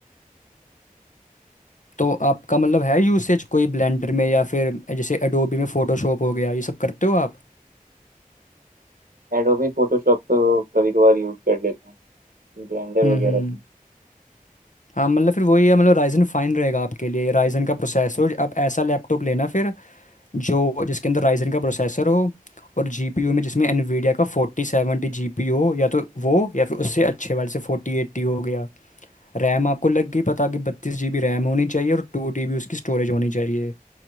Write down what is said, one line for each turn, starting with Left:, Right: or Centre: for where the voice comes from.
Left: तो आपका मतलब है यूसेज कोई ब्लेंडर में या फिर जैसे एडोबी में फोटोशॉप हो गया ये सब करते हो आप
Right: एडोबी फोटोशॉप तो कभी कभार यूज कर लेता हूँ ब्लेंडर
Left: हम्म
Right: वगैरह
Left: हम्म हाँ मतलब फिर वही है मतलब राइजन फाइन रहेगा आपके लिए राइजन का प्रोसेसर आप ऐसा लैपटॉप लेना फिर जो जिसके अंदर राइजन का प्रोसेसर हो और जीपीयू में जिसमें एनवीडिया का फोर्टी सेवेंटी जीपीयू हो या तो वो या फिर उससे अच्छे वाले से फोर्टी एट्टी हो गया रैम आपको लग गई पता कि बत्तीस जीबी रैम होनी चाहिए और टू डीबी उसकी स्टोरेज होनी चाहिए